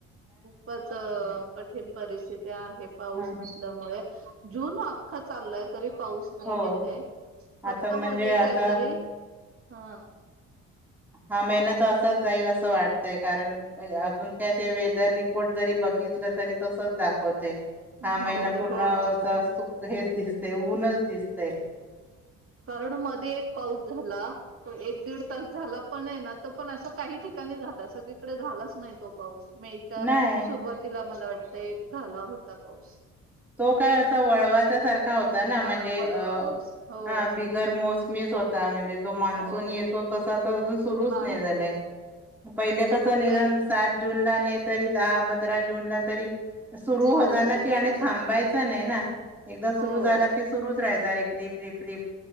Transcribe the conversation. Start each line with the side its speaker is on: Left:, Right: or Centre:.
Right: खूपच कठीण परिस्थिती आहे पाऊस
Centre: हा
Right: नसल्यामुळे जून अख्खा चाललाय तरी पाऊस नाही
Centre: हो
Right: येते फक्त
Centre: आता म्हणजे
Right: मध्ये
Centre: आता
Right: काहीतरी हा
Centre: हा मेना तर असाच जाईल असं वाटतय कारण अून काय ते वेदर रिपोर्ट जरी बघितलं तरी तसच दाखवते हा महिना
Right: नाही
Centre: पूर्ण
Right: हो ना
Centre: अस चू हेच दिसतय ऊनच दिसतय
Right: कारण मध्ये एक पाऊस झाला एक दीड तास झाला पण आहे ना तो पण असा काही ठिकाणी झाला सगळीकडे झालाच नाही तो पाऊस मेच्या
Centre: नाही
Right: सुरुवातीला मला वाटत एक झाला होता पाऊस
Centre: तो काय अस वळवाचा सारखा होता ना
Right: हा
Centre: म्हणजे
Right: वळवा
Centre: अ
Right: पाऊस हो
Centre: जर मोसमीच होता म्हणजे जो मान्सून
Right: हो
Centre: येतो तसा तर अजून सुरूच
Right: नाहीच
Centre: नाही झालाय
Right: आहे
Centre: पहिले कस निदान
Right: पै
Centre: सात जूनला नाही तरी दहा पंधरा जूनला तरी सुरू
Right: पाऊस
Centre: हो झाला
Right: येत
Centre: की आणि
Right: होता.
Centre: थांबायचं नाही ना एकदा
Right: हो
Centre: सुरू झाला की सुरु रप रप रप र